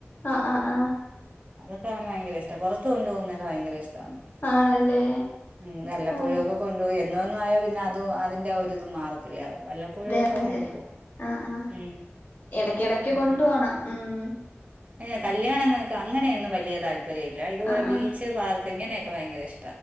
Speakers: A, on the left; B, on the right.
A: ആ ആ ആ
B: അവ ഭയങ്കര ഇഷ്‌ട പുറത്ത കൊണ്ട് പോകുന്നത്ക്ക ഭയങ്കര ഇഷ് ട്ടാവല്ലപ്പോഴും
A: ആണല്ലേ ആ
B: ഒക്കെ കൊണ്ടുപോയി എന്നുമെന്നും ആയാ പിന്നെ അതും അതിൻന്റെ ആ ഒരിതും മാറത്തില്ല വല്ലപ്പോഴും ഒക്കെ
A: അതെ
B: കൊണ്ടുപോകും
A: ആ ആ
B: ഉം
A: ഇടക്ക് ഇടക്ക്
B: ഉം
A: കൊണ്ട് പോണം ഉം
B: ഏഹ് കല്യാണങ്ങക്ക് അങ്ങനെയൊന്നും വല്യ താല്പര്യയില്ല ഇതുപോലെ
A: ആ
B: ബീച്ച്,
A: ആ
B: പാർക്ക് ഇങ്ങനെയൊക്കെ ഭയങ്കര ഇഷ്